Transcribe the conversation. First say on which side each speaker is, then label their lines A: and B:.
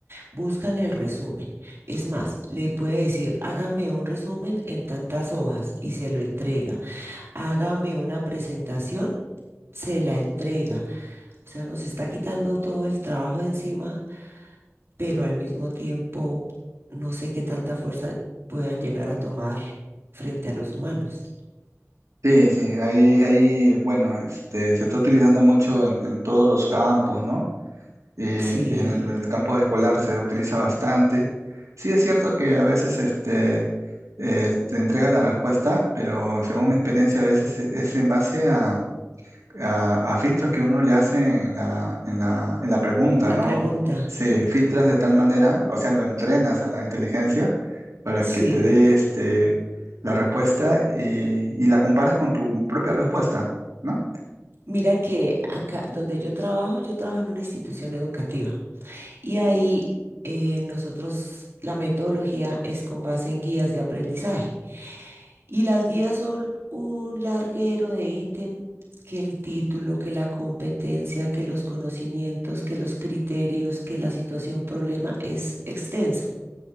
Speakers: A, on the right; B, on the right.
A: Buscan el resumen. Es más, le puede decir, hágame un resumen en tantas hojas y se lo entrega. Hágame una presentación, se la entrega. O sea, nos está quitando todo el trabajo de encima, pero al mismo tiempo no sé qué tanta fuerza puedan llegar a tomar frente a los humanos.
B: Sí, sí, ahí, ahí, bueno, este, se está utilizando mucho en, en todos los campos, ¿no? Y, y
A: Sí,
B: en el campo escolar se utiliza bastante. Sí, es cierto que a veces, este, eh, te entrega la respuesta, pero según mi experiencia, a veces es es en base a a, a filtros que uno le hace en la, en la, en la pregunta,
A: la
B: ¿no?
A: pregunta.
B: Sí, filtras de tal manera, o sea, lo entrenas a la inteligencia para
A: Sí.
B: que te dé este, la respuesta y, y la comparas con tu propia respuesta, ¿no?
A: Mira que acá donde yo trabajo, yo trabajo en una institución educativa. Y ahí eh, nosotros, la metodología es con base en guías de aprendizaje. Y las guías son un larguero de ítem, que el título, que la competencia, que los conocimientos, que los criterios, que la situación problema es extenso.